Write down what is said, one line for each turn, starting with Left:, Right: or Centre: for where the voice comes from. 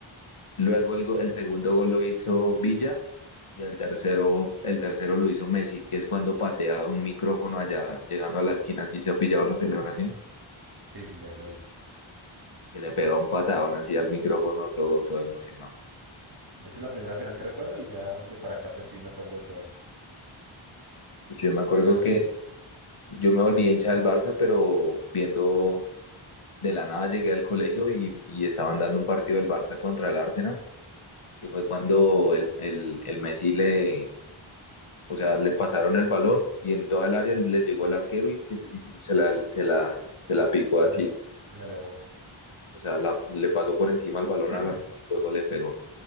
Left: luego el, go- el segundo gol lo hizo Villa y el tercero, el tercero lo hizo Messi, que es cuando patea un micrófono allá llegando a la esquina así se ha pillado la celebración,
Right: Sí, sí, ya lo he visto.
Left: que le pega un patadón así al micrófono todo, todo emocionado.
Right: Esa es la primera final que recuerdo y ya de para acá pues sí me acuerdo de todas.
Left: Pues yo me acuerdo
Right: Pero
Left: que
Right: sí,
Left: yo me volví hincha del Barça, pero viendo de la nada llegué al colegio y, y estaban dando un partido del Barça contra el Arsenal que fue cuando el, el, el Messi le, o sea, le pasaron el balón y en toda el área le llegó al arquero y, que, y se la, se la, se la picó
Right: se
Left: así,
Right: la, se la elevó.
Left: o sea, la- le pasó por encima el balón
Right: <clears throat>
Left: al arquero, luego le pegó.